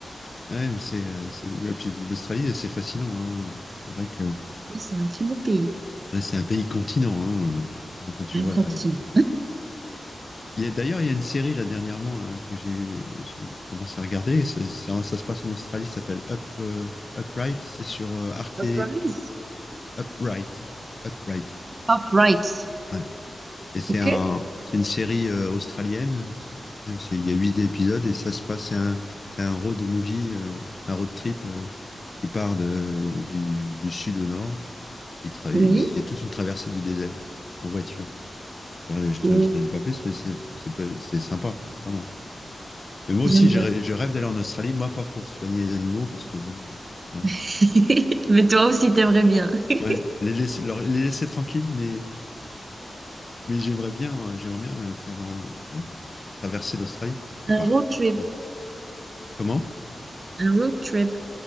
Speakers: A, on the left; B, on the right.
A: ouais, mais c'est, euh, c'est- et puis l'Australie, c'est fascinant, hein. C'est vrai que
B: Oui, c'est un très beau pays,
A: ouais, c'est un pays continent, hein, euh, ouais, Quand tu
B: un
A: vois
B: continent.
A: la... Il y a- d'ailleurs, il y a une série là dernièrement là que j'ai j'ai commencé à regarder. C'est- c'est en- ça se passe en Australie, ça s'appelle Up euh, Upright. C'est sur euh, Arte
B: Surprise.
A: Upright. Upright.
B: Upright.
A: Ouais. Et c'est
B: Ok?
A: un, c'est une série euh, australienne. C'est- c'est- Il y a huit épisodes et ça se passe. C'est un, c'est un road movie, euh, un road trip euh, qui part de, du, du sud au nord. Il, tra-
B: Oui.
A: il y a toute une traversée du désert en voiture. Je, je te,
B: Oh,
A: je te dis pas plus, mais c'est, ça peut- c'est sympa, vraiment. Mais moi
B: J'aime
A: aussi,
B: bien.
A: je, rê- je rêve d'aller en Australie, moi pas pour soigner les animaux, parce que bon, euh, voilà.
B: <laughs> Mais toi aussi, t'aimerais bien. <laughs>
A: Ouais, les laisser, leur- les laisser tranquilles, mais, mais j'aimerais bien, euh, j'aimerais bien euh, faire un, euh, traverser l'Australie.
B: Un
A: Par
B: road trip.
A: contre, Comment?
B: Un road trip.